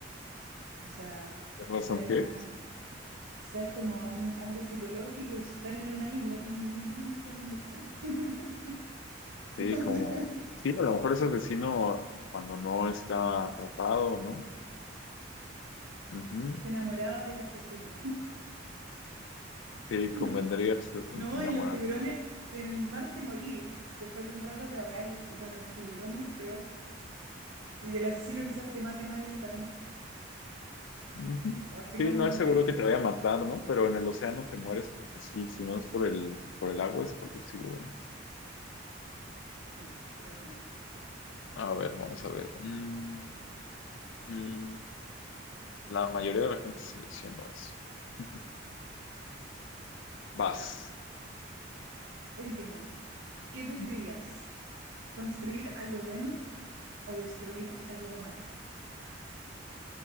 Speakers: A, on the right; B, on the left.
A: O sea,
B: ¿Por ¿Qué razón
A: quizás es
B: qué?
A: una... Quizás es como un- algo psicológico y si están en una isla tienen mucho tiempo para conversar. <laughs>
B: Sí,
A: No
B: como...
A: sé.
B: Sí, a lo mejor es asesino cuando no está atrapado, ¿no? Ujú.
A: Se enamoraba del asesino.
B: Sí,
A: <clears throat>
B: convendría se-
A: No,
B: enamorarse.
A: y los tiburones,
B: de los-
A: en el mar te morí. Después de un rato te ahogáis. Y con los tiburones, peor. Y el asesino quizás te mate más lentamente.
B: Ujú.
A: O así
B: Sí,
A: como
B: no es seguro
A: te...
B: que te vaya a matar, ¿no? Pero en el océano te mueres, que que sí, si no es por el, por el agua, es por los tiburones.
A: Sí, creo lo mismo.
B: A ver, vamos a ver. Mm, mm. La mayoría de la gente seleccionó eso. <laughs> Vas.
A: Ya, última. ¿Qué preferirías?
B: Mm,
A: ¿Construir algo bueno o destruir algo malo?